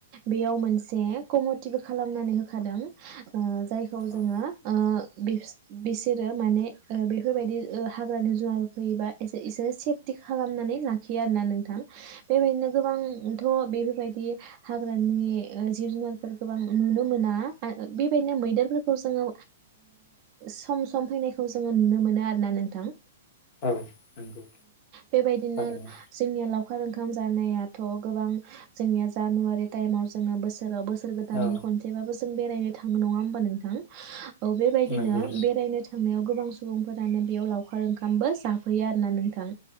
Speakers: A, on the right; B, on the left.
A: बेयाव मोनसे कमिटिबो खालामनानै हो खादों ओ जायखौ
B: औ
A: जोङो ओ बि बिसोरो माने बेफोरबायदि हाग्रानि जुनार फैयोबा इसोरो सेफ टि खालामनानै लाखियो आरो़ना नोंथां बेबायदिनो गोबांथ' बेफोरबायदि हाग्रानि जिब जुनारफोर गोबां नुनो मोना बेबायदिनो मैदेरफोरखौ जोङो सम सम फैनाय खौ जोङो नुनो मोना आरो नों थां
B: औ नंगौ
A: बेबायदिनो
B: थारैनो
A: जोंनिया लावखार ओंखाम जानायाथ गोबां जोंनिया जानुवारि टाइमाव जोंङो बोसोराव बोसोर गोदाननि
B: औ
A: खनसेबाबो जों बेरायनो थांङो नङा होमबा नोंथां औ बेबायदिनो
B: नंगौ
A: बेरायनो थांनायाव गोबां सुबुंफोरानो बेयाव लावखार ओंखामबो जाफैयो आरोना नोंथां